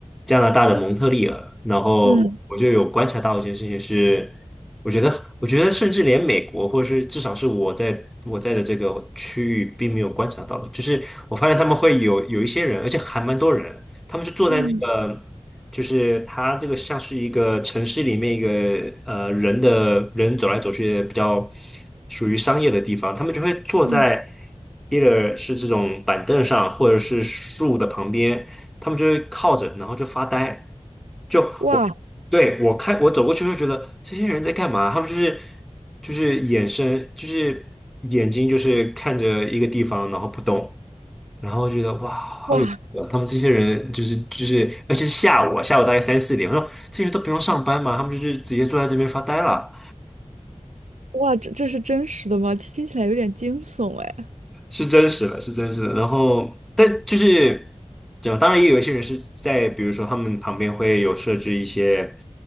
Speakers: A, in the centre; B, on the right.
A: 加拿大的蒙特利尔，然后我就有观察到一件事情是，
B: 嗯
A: 我觉得，我觉得甚至连美国，或者是至少是我在我在的这个区域，并没有观察到的，就是我发现他们会有有一些人，而且还蛮多人，他们就坐在那个就是它这个像是一个城市里面一个
B: 嗯
A: 呃人的人走来走去的比较属于商业的地方，他们就会坐在
B: 嗯，
A: either 是这种板凳上，或者是树的旁边，他们就会靠着，然后就发呆。就我
B: 哇
A: 对我看我走过去会觉得这些人在干嘛？他们就是就是眼神就是眼睛就是看着一个地方，然后不动。然后觉得哇，好有意思啊他们这些人就是就是，
B: 哇
A: 而且是下午啊下午大概三四点，我说这些人都不用上班嘛，他们就是直接坐在这边发呆了。
B: 哇，这这是真实的吗？听起来有点惊悚哎。
A: 是真实的，是真实的。然后，但就是怎么，当然也有一些人是在，比如说他们旁边会有设置一些